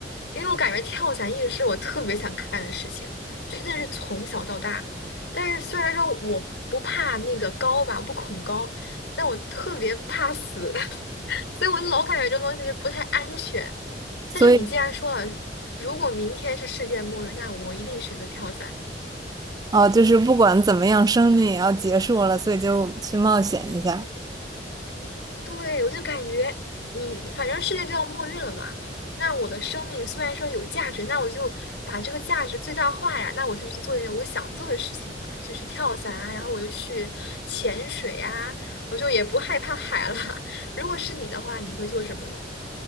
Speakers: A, on the left (about 90°); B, on the right (about 20°).
A: 因为我感觉跳伞一直是我特别想干的事情，真的是从小到大。但是虽然说我不怕那个高吧，不恐高，但我特别怕死，<laughs> 所以我就老感觉这东西就不太安全。
B: 所以
A: 但是你既然说了，如果明天是世界末日，那我一定选择跳伞。
B: 哦，就是不管怎么样，生命也要结束了，所以就去冒险一下。
A: 对，我就感觉你你反正世界就要末日了嘛，那我的生命虽然说有价值，那我就把这个价值最大化呀，那我就去做一点我想做的事情嘛，就去跳伞啊，然后我就去潜水啊，我就也不害怕海了。<laughs> 如果是你的话，你会做什么呢？